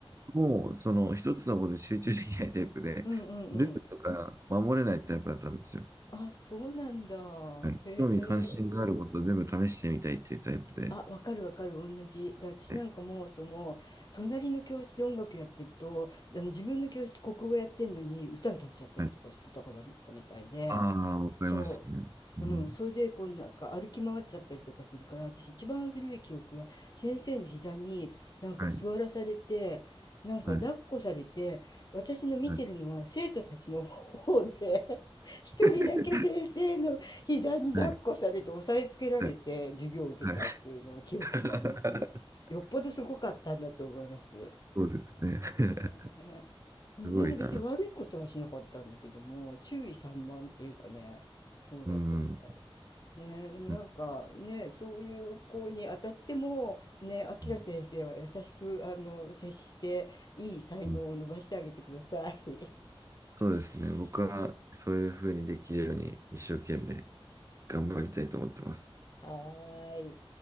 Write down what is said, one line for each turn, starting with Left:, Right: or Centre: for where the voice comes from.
Right: もう、その一つのことで集中できないタイプで、
Left: うんうんうん。
Right: ルールとか守れないタイプだったんですよ。
Left: あ、そうなんだ。
Right: はい。
Left: へ
Right: 興味関心があることを全部試してみたいっていうタイプで。
Left: え。あ、わかるわかる、同じ。で、私なんかもう、
Right: はい。
Left: その、隣の教室で音楽やってると、あの自分の教室国語やってんのに歌歌っちゃったりとかしてた子だったみたいで、
Right: はい。ああ、わかりますね。
Left: そ
Right: うん。
Left: う。うん。それで、こう、なんか歩き回っちゃったりとかするから、私一番古い記憶は、先生の膝になんか座らされて、
Right: はい、
Left: なんか抱っこされて、
Right: はい、
Left: 私の見てるのは生徒たちの方で、
Right: はい。
Left: <laughs> 一人だけ先生の膝に抱っこされて押さえつけられて授業を受けたっていうのを記憶があります。
Right: <laughs> はい、はい、はい。<laughs>
Left: よっぽどすごかったんだと思います。
Right: そうですね。<laughs>
Left: ねえ、でも全然別に悪いことはしなかったんだけども、
Right: すごいな。
Left: 注意散漫っていうかね、そうだったみたい。
Right: うん、うん、
Left: ねえ、でもなんかね、
Right: う
Left: そういう子に当たっても、ね、あきら先生は優しくあの接して、
Right: ん、
Left: いい才能を伸ばしてあげてください。
Right: うん。そうですね。僕はそういうふうにできるように一生懸命頑張りたいと思ってます。
Left: <laughs> はーい。